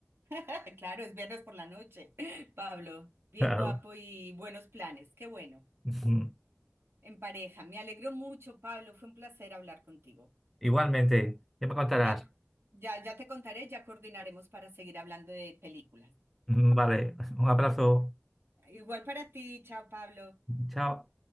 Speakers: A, on the right (about 75°); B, in the centre.
A: <laughs> Claro, es viernes por la noche. <laughs> Pablo, bien
B: <laughs> claro.
A: guapo y buenos planes. Qué bueno.
B: <laughs>
A: En pareja. Me alegro mucho, Pablo. Fue un placer hablar contigo.
B: Igualmente, ya me contarás.
A: Ya, ya, ya te contaré, ya coordinaremos para seguir hablando de películas.
B: <laughs> Vale, un abrazo,
A: Igual para ti. Chao, Pablo.
B: chao.